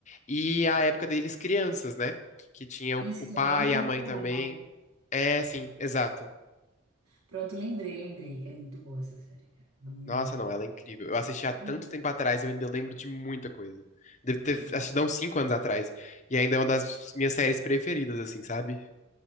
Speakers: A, on the left; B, on the right.
A: e a época deles crianças, né? Que tinha
B: isso
A: o, o pai
B: também é atemporal.
A: e a mãe também. É, sim, exato.
B: Pronto, lembrei, lembrei. É muito boa essa série, cara. Muito
A: Nossa,
B: boa.
A: não, ela é incrível. Eu assisti há tanto
B: E,
A: tempo atrás, e eu ainda lembro de muita coisa. Deve ter
B: e...
A: assistido há uns 5 anos atrás. E ainda é uma das minhas séries preferidas, assim, sabe?